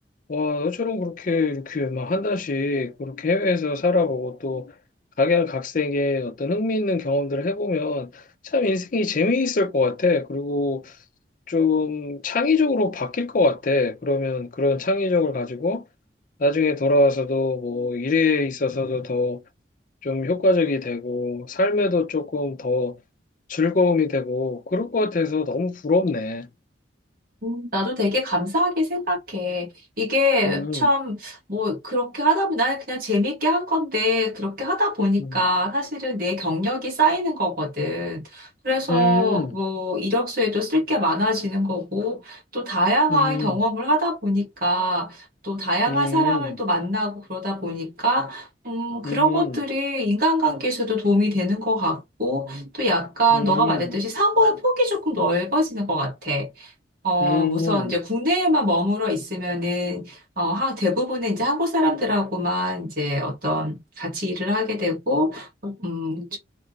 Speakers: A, on the left; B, on the right.
A: 와, 너처럼 그렇게 이렇게 막 한 달씩 그렇게 해외에서 살아보고 또 각양각색의 어떤 흥미있는 경험들을 해보면 참 인생이 재미있을 것 같아. 그리고 좀 창의적으로 바뀔 것 같아. 그러면 그런 창의적을 가지고 나중에 돌아와서도 뭐 일에 있어서도 더 좀 효과적이 되고 삶에도 조금 더 즐거움이 되고 그럴 것 같아서 너무 부럽네.
B: 음, 나도 되게 감사하게 생각해. 이게
A: 음,
B: 참, 뭐, 그렇게 하다 보니, 나는 그냥 재밌게 한 건데, 그렇게 하다 보니까
A: 음,
B: 사실은 내 경력이 쌓이는 거거든. 그래서
A: 음,
B: 뭐, 이력서에도 쓸 게 많아지는 거고, 또 다양한
A: 음,
B: 경험을 하다 보니까, 또 다양한
A: 음.
B: 사람을 또 만나고 그러다 보니까, 음, 그런
A: 음,
B: 것들이 인간관계에서도 도움이 되는 것 같고, 또 약간
A: 음,
B: 너가 말했듯이 사고의 폭이 조금 넓어지는 것 같아. 어,
A: 음,
B: 우선 이제
A: 음,
B: 국내에만 머물러 있으면은, 어, 하, 대부분은 이제 한국 사람들하고만 이제 어떤 같이 일을 하게 되고, 음,